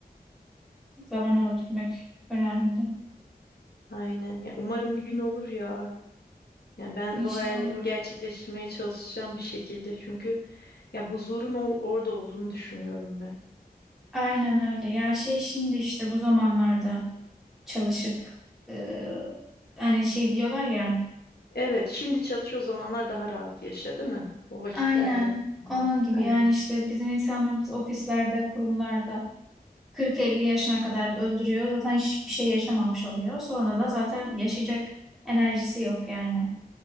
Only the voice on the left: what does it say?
Aynen ya umarım bir gün olur ya. Yani ben
bu hayallerimi gerçekleştirmeye çalışacağım bir şekilde. Çünkü ya huzurun ol- orada olduğunu düşünüyorum ben.
Evet, şimdi çalış o zamanlar daha rahat yaşa, değil mi? O vakitler
geldiğinde.
Aynen.